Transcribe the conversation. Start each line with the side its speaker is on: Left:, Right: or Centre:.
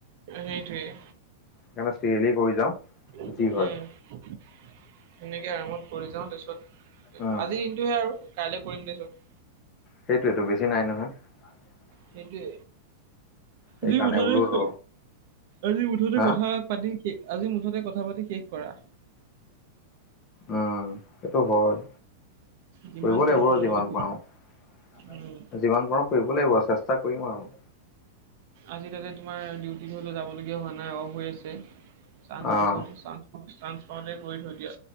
Right: সেইটোৱেই।
Left: সেইকাৰণে চিৰিলি কৰি যাওঁ।
Right: উম,
Left: যি হয়
Right: সেনেকে আৰামত পৰি যাওঁ তাৰপিছত
Left: উম
Right: আজিৰ দিনটোহে আৰু কাইলে কৰিম দে চব।
Left: সেইটোয়েতো বেছি নাই নহয়। <inaudible>
Right: সেইটোৱে,
Left: সেইকাৰণে
Right: আজি মুঠতে,
Left: বোলো ৰ
Right: আজি মুঠতে
Left: হা
Right: কথা পাতি আজি মুঠতে কথা পাতি শেষ কৰা।
Left: উম, সেইটো হয়।
Right: যিমান
Left: কৰিব
Right: পাৰে
Left: লাগিব
Right: কথা
Left: যিমান
Right: পাতি
Left: পাৰো।
Right: উম
Left: যিমান পাৰো কৰিব লাগিব আৰু চেষ্টা কৰিম আৰু।
Right: আজি তাতে তোমাৰ ডিউটি ধৰিলেও যাবলগীয়া হোৱা নাই, অ'ফ হৈ আছে। চাঞ্চ
Left: অ
Right: পাইছোঁ চাঞ্চ পাওঁতে কৰি থৈ দিয়া।